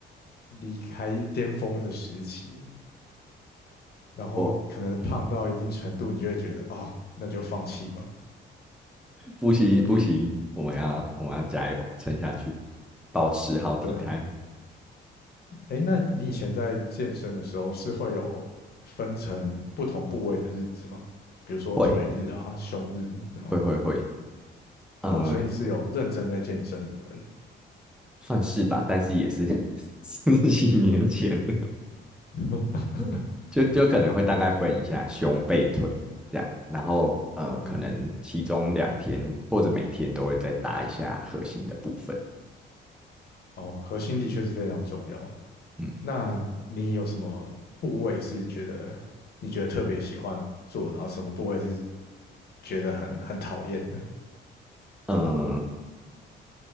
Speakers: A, on the left; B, in the centre.
A: 离开巅峰的时期，然后可能胖到一定程度，
B: 我嗯
A: 你就会觉得，哦，那就放弃吧。
B: 不行不行，我们要我们要加油撑下去，保持好体态，
A: 对，哎，那你以前在健身的时候是会有分成不同部位的日子吗？比如说腿日啊、
B: 会
A: 胸日那种。
B: 会会会，呃，
A: 哦，所以你是有认真在健身的人。
B: 算是吧，但是也是 <laughs> 十几年前 <laughs>
A: <laughs>
B: 了，就就可能会大概分一下胸背腿这样，然后呃，可能其中两天或者每天都会再搭一下核心的部分，
A: 嗯，哦，核心的确是非常重要。
B: 嗯
A: 那你有什么部位是觉得你觉得特别喜欢做的然后什么部位是觉得很很讨厌的？
B: 嗯、呃